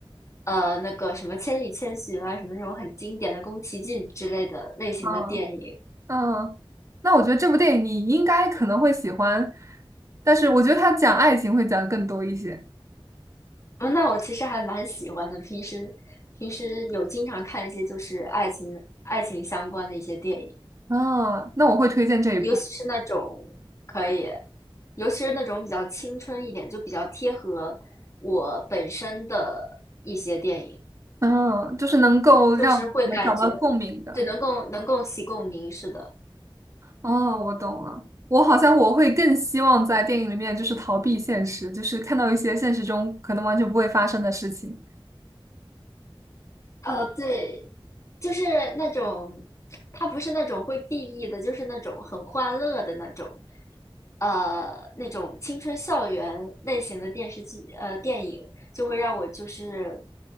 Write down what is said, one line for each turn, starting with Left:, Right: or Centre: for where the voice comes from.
Left: 呃那个什么《千与千寻》啊，什么那种很经典的宫崎骏之类的类型的电影。
Right: 嗯嗯，那我觉得这部电影你应该可能会喜欢，但是我觉得它讲爱情会讲得更多一些。
Left: 嗯，那我其实还蛮喜欢的，平时平时有经常看一些就是爱情爱情相关的一些电影。
Right: 啊，那我会推荐这一部。
Left: 尤其是那种可以，尤其是那种比较青春一点，就比较贴合我本身的一些电影，
Right: 嗯，就是能够让我们找到共鸣的。
Left: 就是会感觉，对，能够能够起共鸣，似的，
Right: 哦，我懂了。我好像我会更希望在电影里面就是逃避现实，就是看到一些现实中可能完全不会发生的事情。
Left: 呃，对，就是那种，它不是那种会 BE 的，就是那种很欢乐的那种，呃，那种青春校园类型的电视剧，呃，电影就会让我就是